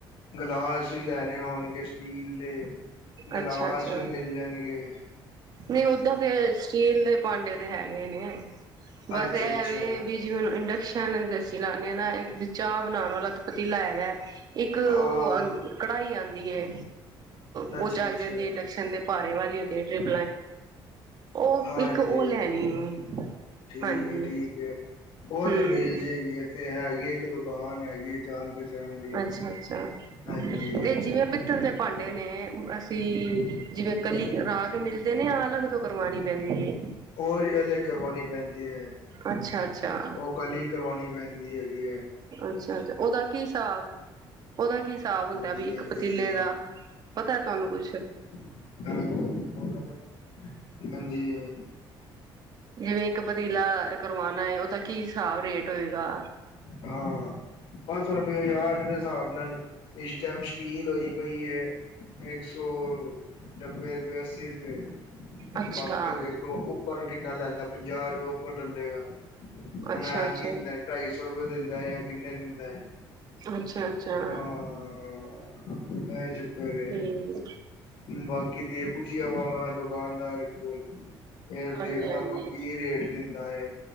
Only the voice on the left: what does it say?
ਗਲਾਸ ਵੀ ਲੈਣੇ ਹੋਣਗੇ ਸਟੀਲ ਦੇ ਗਲਾਸ
ਵੀ ਮਿਲ ਜਾਨਗੇ।
ਅੱਛਾ
ਅੱਛਾ
ਹਾਂ
ਅੱਛਾ-ਅੱਛਾ
ਹਾਂਜੀ
ਠੀਕ
ਹੈ ਠੀਕ ਹੈ। ਉਹ
ਤੇ ਮਿਲ ਜਾਏਗੀ ਇਥੇ ਹੈਗੀ ਇੱਕ ਦੁ ਦੁਕਾਨ ਹੈਗੀ ਜਾਣ ਪਹਚਾਣ ਦੀ,
ਹਾਂਜੀ।
ਹੋਰ ਅਲੱਗ ਕਰਵਾਣੀ ਪੈਂਦੀ ਐ।
ਉਹ ਕੱਲੀ ਕਰਵਾਣੀ ਪੈਂਦੀ ਹੈਗੀ ਐ।
ਹਾਂਜੀ-ਹਾਂਜੀ
<unintelligible> ਹਾਂਜੀ।
ਹਾਂ, ਬਸ <unintelligible> ਬਜ਼ਾਰ ਦੇ ਹਿਸਾਬ ਨਾਲ ਇਸ ਟਾਈਮ ਸਟੀਲ ਹੋਈ ਪਈ ਏ ਇੱਕ ਸੌ ਨਬ੍ਬੇ ਅੱਸੀ ਰੁਪਏ,
ਬਾਕੀ ਦੇਖੋ ਉੱਪ ਉੱਪਰ ਕਿੰਨਾ ਲੈਂਦਾ ਪੰਜਾਹ ਰੁਪਏ ਉੱਪਰ ਲੈ ਲੇਗਾ, ਹੁੱਣ
ਐ
ਕਿ ਢਾਈ ਸੌ ਰੁਪਏ ਦਿੰਦਾ ਯਾ ਕਿੰਨੇ ਦਿੰਦਾ ਐ,
ਹਾਂ। ਇਹ ਚੱਕਰ ਏ।
ਬਾਕੀ ਦੇ ਪੁਛ ਆਵਾਂਗਾ ਮੈਂ ਦੁਕਾਨਦਾਰ ਕੋਲ। ਫੇਰ ਦੇਖਦਾ
ਮੈਂ ਕੀ ਰੇਟ ਦਿੰਦਾ ਐ,